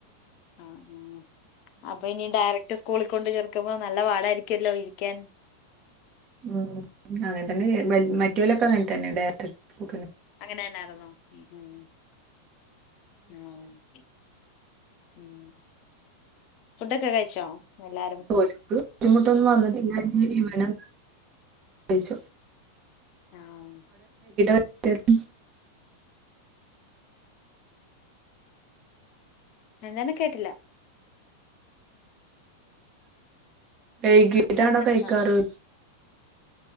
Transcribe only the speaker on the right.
ഉം അങ്ങനെ തന്നെ മറ്റ പോലൊക്കെ അങ്ങനെ തന്നെ <unintelligible>
ഒരിക്ക് ബുദ്ധിമുട്ടൊന്നും വന്നിട്ടില്ല ഇവനു കഴിച്ചു.
<unintelligible>
വൈകീട്ടാണോ
കഴിക്കാറ്.